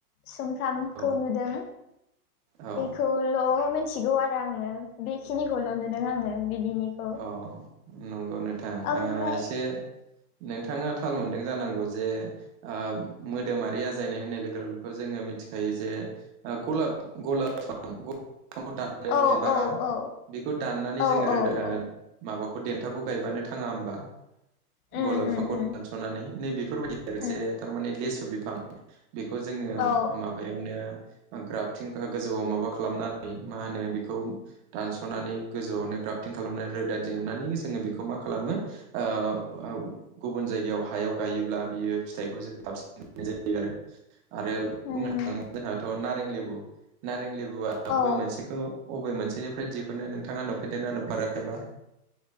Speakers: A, on the left; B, on the right.
A: सुमफ्रामखौ
B: औ
A: नुदों
B: औ
A: खौल मिथिगौ आरो आङो बेखिनिखौल नुदों आङो बिदिनिखौ
B: औ नंगौ नोंथां
A: ओमफ्राय
B: ओ एसे नोंथाङा थाल मोनदों जानांगौ जे ओ मोदोमारि आजायनाय होननाय लोगो लोगोथ जोङो मिथिखायो जे गलाब गलाां गां द <unintelligible>
A: औ
B: बिबारा
A: औ औ
B: बेखौ दाननानै
A: औ
B: जोङो
A: औ
B: रोदा
A: औ
B: ओ माबाखौ देन्थाखौ गायबानो थाङा होमबा
A: उम
B: गलाब
A: उम
B: बिफांखौ
A: उम
B: दानसनानै नै बेफोरबायदि आरो
A: उम
B: जे थारमाने लेसु बिफां बेखौ जोङो
A: औ
B: माबा यावनो ग्राफटिं गोजौआव माबा खालामनानै मा होनो बेखौ दानसनानै गोजौआवनो ग्राफटिं खालामनानै रोदा दिहुननानै जोङो बेखौ मा खालामो ओ गुबुन जायगायाव हायाव गायोब्ला बियो फिथाइखौ साबसिन मोननाय जायो आरो आरो
A: उम
B: बुंनो थाङोबा जोंहाथ नारें लेबु नारें लेबुआ
A: औ
B: बबे मोनसेखौ अबे मोनसेनिफ्राय दिहुनो नोंथाङा नुफैदेरना नुफाराखैबा